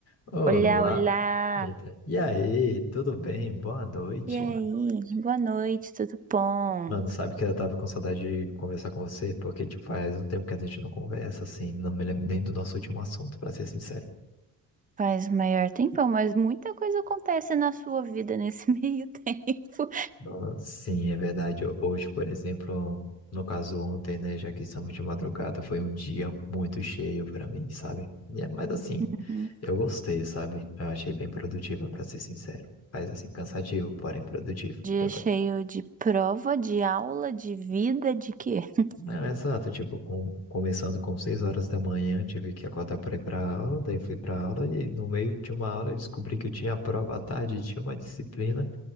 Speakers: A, on the left; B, on the right.
A: Olá.
B: Olá, olá!
A: Eita. E aí, tudo bem? Boa noite.
B: E Boa aí? noite. Boa noite, tudo bom?
A: Mano, sabe que eu tava com saudade de conversar com você, porque tipo, faz um tempo que a gente não conversa, assim, não me lembro nem do nosso último assunto, pra ser sincero.
B: Faz o maior tempão, mas muita coisa acontece na sua vida nesse <laughs> meio tempo.
A: Nossa, Sim, é verdade. Hoje, por exemplo, no caso ontem, né, já que estamos de madrugada, foi um dia muito cheio para mim, sabe? E é- Mas assim,
B: Uhum.
A: eu gostei, sabe? Eu achei bem produtiva, para ser sincero. Mas assim, cansativo, porém produtivo.
B: Dia
A: E agora?
B: cheio de prova, de aula, de vida, de quê? <laughs>
A: Não, exato, tipo, com, começando com seis horas da manhã, tive que acordar para ir para aula, daí fui para aula e no meio de uma aula eu descobri que eu tinha prova à tarde, e tinha uma disciplina